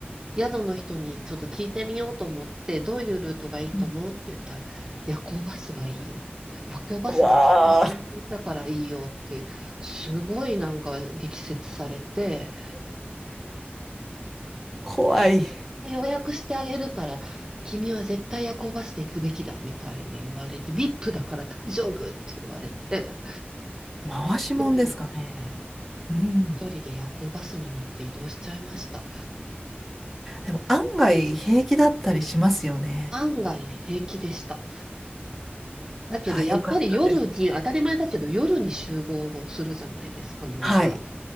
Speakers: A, on the right; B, in the centre.
A: 宿の人にちょっと聞いてみようと思って、どういうルートがいいと思うって言ったら、
B: うん。
A: 夜行バスがいいよ。夜行バスがとっても安全だからいいよっていう、
B: うわー、
A: すごいなんか力説されて、
B: 怖い。
A: 予約してあげるから、君は絶対夜行バスで行くべきだみたいに言われて、VIP だから大丈夫って言われて、
B: 回しもんですかね。
A: 一人で、
B: うん。
A: 一人で夜行バスに乗って移動しちゃいました。
B: でも案外平気だったりしますよね。
A: 案外ね、平気でした。だけど、
B: あ、
A: やっぱり夜に、
B: よかったです。
A: 当たり前だけど、夜に集合するじゃないですか、乗り場。
B: はい。